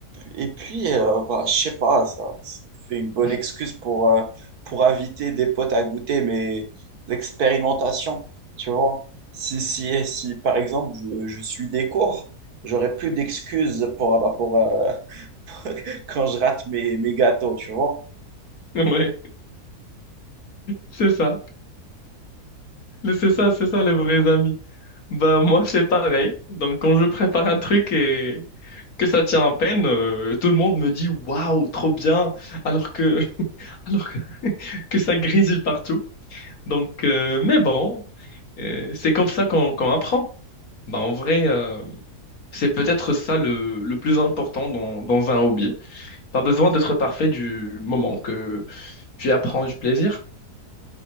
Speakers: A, on the right; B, on the left.
A: et puis, euh, bah, je sais pas, ça, ça me fait une bonne
B: <laughs>
A: excuse pour, euh, pour inviter des potes à goûter mes expérimentations, tu vois. Si, si, si, par exemple, je, je suis des cours, j'aurais plus d'excuses pour, bah, pour euh, <laughs> quand je rate mes, mes gâteaux, tu vois.
B: ouais, Ouais, c'est ça. C'est ça, c'est ça les vrais amis. Bah moi c'est pareil. Donc quand je prépare un truc et que ça tient à peine, euh, tout le monde me dit waouh, trop bien, alors que <laughs> alors que, que ça grésille partout. Donc euh, mais bon, euh, c'est comme ça qu'on qu'on apprend. Bah en vrai, euh, c'est peut-être ça le, le plus important dans, dans un hobby. Pas besoin d'être parfait du moment que tu apprends du plaisir.